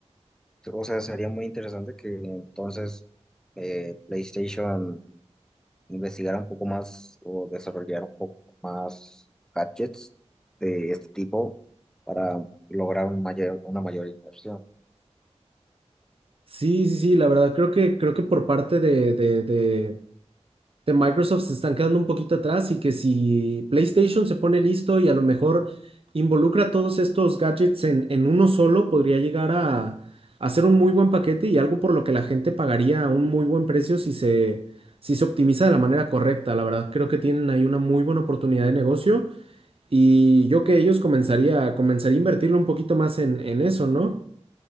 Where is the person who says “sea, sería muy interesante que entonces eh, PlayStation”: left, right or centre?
Centre